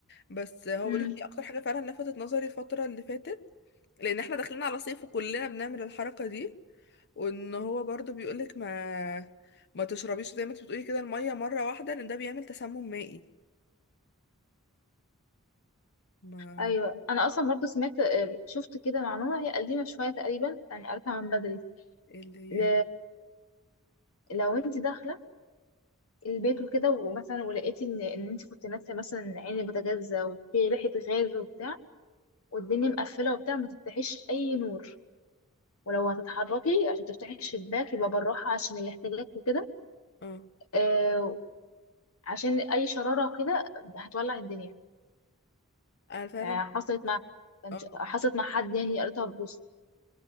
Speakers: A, on the left; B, on the left.
A: بس هو
B: امم
A: بيقولك دي أكتر حاجة فعلا لفتت نظري الفترة اللي فاتت لأن احنا داخلين على صيف وكلنا بنعمل الحركة دي وإن هو برضو بيقولك ما ما تشربيش زي ما انت بتقولي كده المية مرة واحدة لأن ده بيعمل تسمم مائي ما
B: ايوه انا اصلا برضو سمعت آه، شفت كده معلومه هي قديمه شويه تقريبا يعني قريتها من بدري
A: ايه اللي
B: ل...
A: هي
B: لو انت داخله البيت وكده ومثلا ولقيتي ان ان انت كنت ناسيه مثلا عين البوتاجاز وفي ريحه غاز وبتاع والدنيا مقفله وبتاع ما تفتحيش اي نور ولو هتتحركي عشان تفتحي الشباك يبقى بالراحه عشان الاحتياجات وكده
A: اه
B: آه عشان اي شراره كده هتولع الدنيا
A: أنا فعلا
B: آه حصلت مع كانت-
A: آه.
B: حصلت مع حد يعني قريتها في بوست